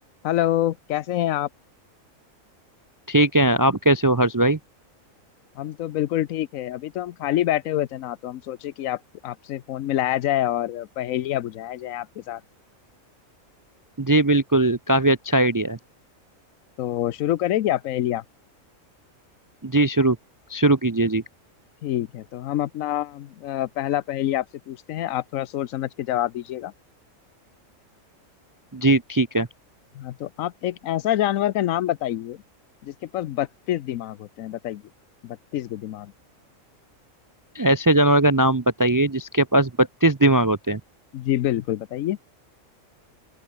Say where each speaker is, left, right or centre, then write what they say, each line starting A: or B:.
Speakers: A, on the left; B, on the right.
A: Hello कैसे हैं आप
B: ठीक है आप कैसे हो हर्ष भाई
A: हम तो बिल्कुल ठीक है अभी तो हम खाली बैठे हुए थे ना तो हम सोचे कि आप आपसे फोन मिलाया जाए और पहेलियाँ बुझाया जाए आपके साथ
B: जी बिल्कुल काफी अच्छा आइडिया है
A: तो शुरू करें क्या पहेलियाँ
B: जी शुरू शुरू कीजिए जी
A: ठीक है तो हम अपना अ, पहला पहेली आपसे पूछते हैं आप थोड़ा सोच समझ के जवाब दीजिएगा
B: जी ठीक है
A: हाँ तो आप एक ऐसा जानवर का नाम बताइए जिसके पास बत्तीस दिमाग होते हैं बताइए बत्तीस गो दिमाग
B: ऐसे जानवर का नाम बताइए जिसके पास बत्तीस दिमाग होते हैं
A: जी बिल्कुल बताइए